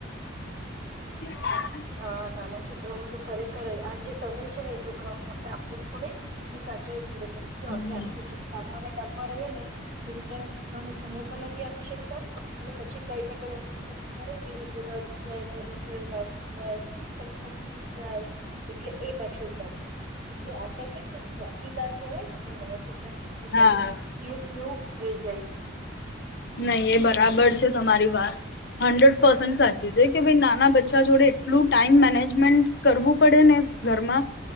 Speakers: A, on the left (about 55°); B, on the right (about 50°).
A: ક્યાં
B: હા નાના છોકરાઓનો તો ખરેખર આ જે સમય છે ને એ છોકરાઓને આપડે આપવો જ પડે ને સાચું પડે પછી જો
A: હમ.
B: આપડે આખો દિવસ કામાના કામમાં રહી ને તો બીચારા છૂકરાને સમય પણ નથી આપી શકતા અને પછી કઈ ને કઈ ઊું ચું કરે કઈ લોકો દાજીી જાય પડી જાય વા જાય પહી પૂટી જાય એટલે એ પછી ઉપરથી એટલે આપડે છે ને ચોકીદાર કેવાય ને કે નાના છો આપવો
A: હા
B: પડે તે તેઓ થઈ જાય છે.
A: નહી એ બરાબર છે તમારી વાત હંડ્રેડ પર્સેન્ટ સાચી છે કે ભાઈ નાના બચ્ચા જોડે એટલું ટાઈમ મેનેજમેન્ટ કરવું પડે ને ઘરમાં